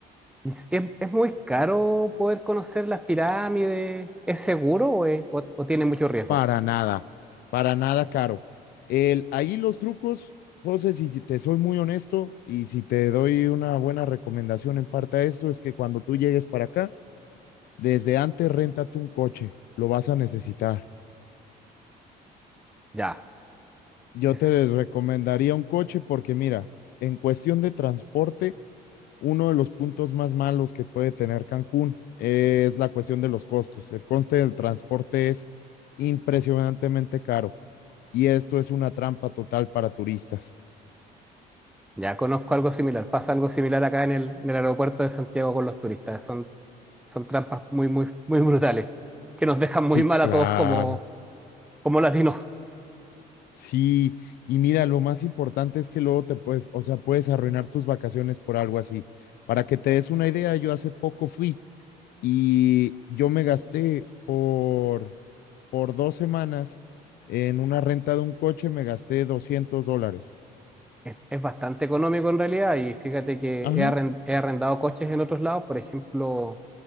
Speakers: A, in the centre; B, on the left.
A: Y s- ¿Es, es muy caro poder conocer las pirámides? ¿Es seguro o, es- o- o tiene mucho riesgo?
B: Para nada, para nada caro. El, ahí los trucos, José, si te soy muy honesto y si te doy una buena recomendación en parte a esto, es que cuando tú llegues para acá, desde antes renta tú un coche, lo vas a necesitar.
A: Ya,
B: Yo
A: es,
B: te recomendaría un coche porque mira, en cuestión de transporte, uno de los puntos más malos que puede tener Cancún es la cuestión de los costos. El coste del transporte es impresionantemente caro y esto es una trampa total para turistas.
A: ya conozco algo similar. Pasa algo similar acá en el, en el aeropuerto de Santiago con los turistas. Son, son trampas muy, muy, muy brutales que nos dejan muy
B: Sí,
A: mal
B: claro.
A: a todos como, como latinos.
B: Sí, y mira, lo más importante es que luego te puedes, o sea, puedes arruinar tus vacaciones por algo así. Para que te des una idea, yo hace poco fui y yo me gasté por, por dos semanas en una renta de un coche, me gasté 200 dólares.
A: Es, es bastante económico en realidad y fíjate que
B: Ajá.
A: he, arren- he arrendado coches en otros lados. Por ejemplo,